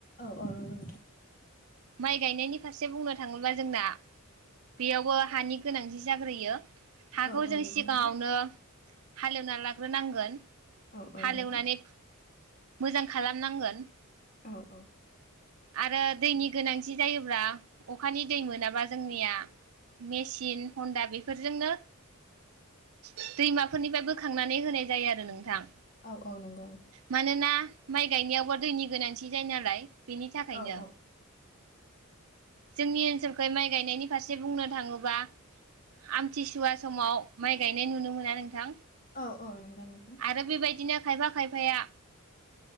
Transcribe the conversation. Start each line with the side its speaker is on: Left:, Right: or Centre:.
Left: औ औ नंगौ नोंथां
Right: माइ गायनायनि फारसे बुंनो थाङोब्ला जोंना बेयावबो हानि गोनांथि जाग्रोयो। हाखौ
Left: औ औ
Right: जों
Left: नंगौ
Right: सिगाङावनो
Left: नोंथां
Right: हालेवना लाग्रोनांगोन
Left: औ
Right: हालेवनानै
Left: औ नोंथां
Right: मोजां खालामनांगोन।
Left: औ औ।
Right: आरो दैनि गोनांथि जायोब्ला अखानि दै मोनाबा जोंनिया मेसिन हन्दा बेफोरजोंनो दैमाफोरनिफाय बोखांनानै होनाय जायो आरो नोंथां।
Left: औ औ नंगौ नोंथां।
Right: मानोना माइ गायनायावबा दैनि गोनांथि जायो नालाय। बेनि थाखायनो।
Left: औ औ
Right: जोंनि ओनसोलखौहाय माइ गायनायनि फारसे बुंनो थाङोबा आमथिसुवा समाव माइ गायनाय नुनो मोना नोंथां।
Left: औ औ नंगौ नोंथां।
Right: आरो बेबायदिनो खायफा खायफाया